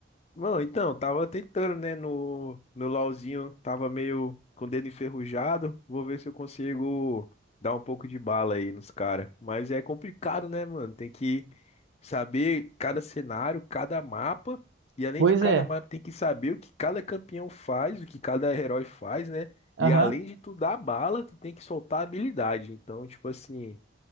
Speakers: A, on the left; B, on the right.
A: Mano, então, tava tentando, né, no, no LOLzinho, tava meio com o dedo enferrujado. Vou ver se eu consigo dar um pouco de bala aí nos caras. Mas é complicado, né, mano? Tem que saber cada cenário, cada mapa. E além
B: Pois
A: de cada
B: é.
A: mapa, tem que saber o que cada campeão faz, o que cada herói faz, né?
B: Aham.
A: E além de tu dar bala, tu tem que soltar habilidade. Então, tipo assim.